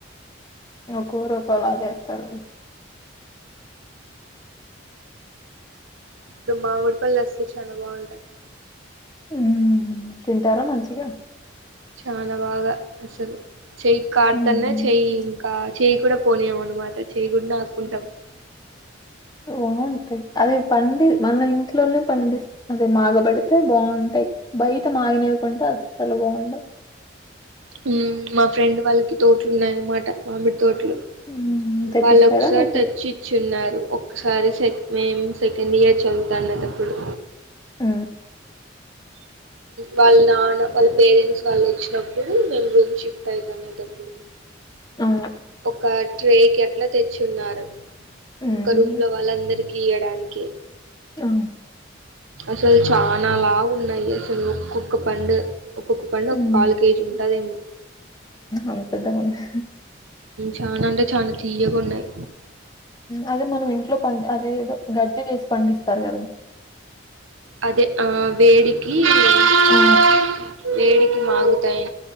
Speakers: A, on the left; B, on the right.
A: ఒక ఊరు ఒకోలా చేస్తారు
B: ఇప్పుడు మామిడి పళ్ళు వస్తే చాలా బాగుంటాయి
A: ఉమ్ తింటారా మంచి గా
B: చాలా బాగా అస్సలు చెయ్యికి కార్తన్న
A: హ్మ్
B: చెయి ఇంకా చెయి పోనియం అన్నమాట చేయకుండా ఆపుకుంటాం
A: అవును <unintelligible> అదే పండు మన ఇంటి లోనే పండిస్తుది మాగబెడితే బాగుంటాయి బయట మాగినవికుంటే అస్సలు బాగుండవు
B: హ్మ్ మా ఫ్రెండ్ వాళ్ళకి తోట్లు ఉన్నాయ అన్నమాట మామిట్ తోట్లు
A: హ్మ్. తెచ్చిస్తారా
B: వాళ్ళు ఒకసారి
A: మీకు?
B: తెచ్చి ఇచ్చింరు నాకు ఒక్కసారి సె మేము సెకండ్ ఇయర్ చదువుతా అన్నటప్పుడు
A: ఆ
B: వాళ్ళ నాన్న వాళ్ళ పేరెంట్స్ వాళ్ళు వచ్చినప్పుడు మేను రూమ్ షిఫ్ట్ అయితనేటప్పుడు
A: ఆ!
B: ఒక ట్రేకి ఎట్లా తెచ్చున్నారు
A: హ్మ్.
B: ఇంకా రూమ్ లో వాళ్ళ అందరికి ఇయడానికి
A: ఆ
B: అసలు చాలాలా లావు ఉన్నాయి అసలు ఒక్కొక్క పండు ఒక్కొక్క పండు
A: హ్మ్
B: ఒక కాలు కేజీ ఉంటదేమో
A: అంత పెద్ద కొన్నా
B: చనా అంటే చనా తీయగా ఉన్నాయి
A: అదే మనం ఇంట్లో పం అదేదో గడ్డి వేసి పండిస్తారు కద
B: అదే ఆ వేడికిేడికి
A: ఆ!
B: మారుతాయి